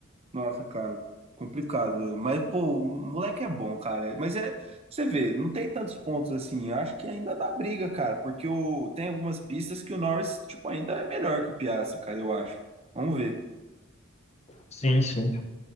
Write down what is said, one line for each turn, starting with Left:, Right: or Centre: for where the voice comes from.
Right: Nossa, cara, complicado, velho. Mas, pô, o moleque é bom, cara. Mas é, você vê, não tem tantos pontos assim. Eu acho que ainda dá briga, cara, porque o, tem algumas pistas que o Norris, tipo, ainda é melhor que o Piastri, cara, eu acho. Vamos ver.
Left: <laughs> Sim, sim.